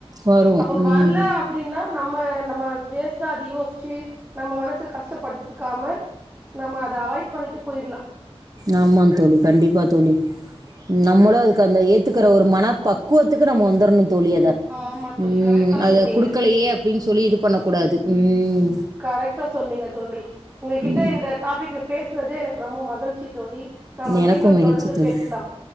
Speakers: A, on the right; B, on the right.
A: வரும்.
B: அப்ப
A: ம்.
B: வர்ல அப்டின்னா நம்ம நம்ம வேஸ்ட்டா அது யோஷ்ச்சி நம்ம மனச கஷ்டப்பட் த்துகாம நம்ம அத அவாய்ட் பண்ணிட்டு பொயிட்லா
A: ஆமா தோழி கண்டிப்பா தோழி நம்மளோ அதுக்கு அந்த ஏத்துக்கிற ஒரு மன பக்குவத்துக்கு நம்ம வந்தர்ணு தோழி அத
B: ஆமா தோழி
A: ம்
B: கரெக்டா
A: அத
B: சொன்னீங்க
A: குடுக்லையே அப்டின் சொல்லி இது பண்ண கூடாது ம்
B: கரெக்ட்டா சொன்னீங்க தோழி ஒங்ககிட்ட
A: ம்.
B: இந்த டாபிக்ல பேசுனதே எனக்கு ரொம்ப மகிழ்ச்சி தோழி நம்ம
A: எனக்கும்
B: மீண்டும்
A: மகிழ்ச்சி
B: தொடர்ந்து
A: தோழி.
B: பேசலா